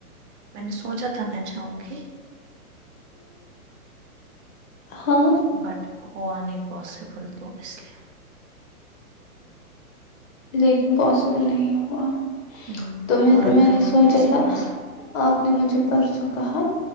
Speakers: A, on the right; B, on the left.
A: میں نے سوچا تھا ت میں جاؤں گی
B: ہاں
A: بٹ ہوا نہیں پاسبل تو اس لیے
B: لیکن پاسبل نہیں ہوا
A: ہوں
B: تو میں
A: تھوڑا
B: میں
A: گھر
B: نے سوچا
A: بزی
B: تھا
A: ہو گئی
B: آپ نے مجھے پرسوں کہا